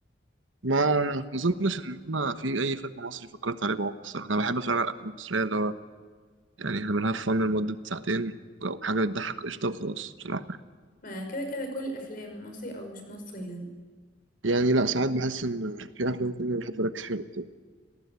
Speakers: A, on the right; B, on the left.
A: ما ما أظنش إن أنا في أي فيلم مصري فكرت عليه بعمق الصراحة أنا بحب أتفرج على الأفلام المصرية اللي هو يعني احنا بنهاف فن لمدة ساعتين لو حاجة بتضحك قشطة وخلاص بصراحة يعني
B: ما كده كده كل الافلام مصري او مش مصري يعني
A: يعني لا ساعات بحس ان في افلام كده بحب اركز فيها اكتر